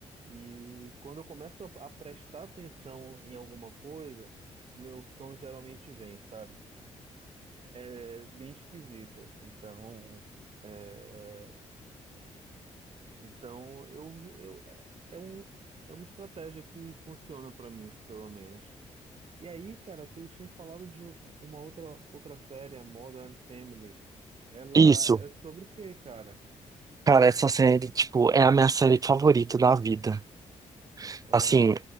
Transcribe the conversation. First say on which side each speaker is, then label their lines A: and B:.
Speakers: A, on the right; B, on the right.
A: E quando eu começo a prestar atenção em alguma coisa, meu sono geralmente vem, sabe? É bem esquisito. Então, é, Então, eu, eu, é é um, é uma estratégia que funciona pra mim, pelo menos. E aí, cara, tu tinhas falado de um- uma outra, outra série, a Modern Family. Ela
B: Isso.
A: é sobre o quê, cara?
B: Cara, essa série, tipo, é a minha série favorita da vida.
A: Aham,
B: Assim,